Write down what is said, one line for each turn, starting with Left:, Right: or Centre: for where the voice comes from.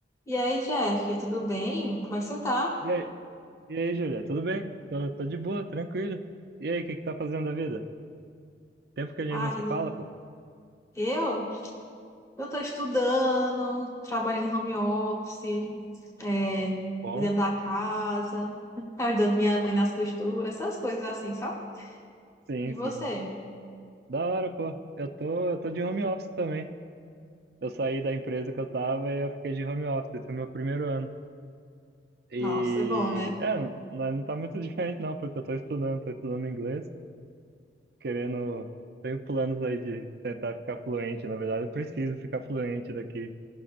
Left: E aí, Jeff, tudo bem? Como é que você tá?
Right: E aí, e aí, Júlia, tudo bem? Tô, tô de boa, tranquilo. E aí, o que que tá fazendo da vida? Tempo que a gente
Left: Ah,
Right: não se
Left: eu, não-
Right: fala, pô.
Left: eu Eu tô estudando, trabalhando em home office, é,
Right: Bom,
Left: cuidando da casa, <laughs> ajudando minha mãe nas costuras, essas coisas assim, sabe?
Right: sim,
Left: E você?
Right: sim. Da hora, pô. Eu tô, eu tô de home office também. Eu saí da empresa que eu tava e eu fiquei de home office. Esse é o meu primeiro ano. E,
Left: Nossa, é bom, né?
Right: é, não não tá muito diferente não, porque eu tô estudando, tô estudando inglês, querendo, tenho planos aí de tentar ficar fluente. Na verdade, eu preciso ficar fluente daqui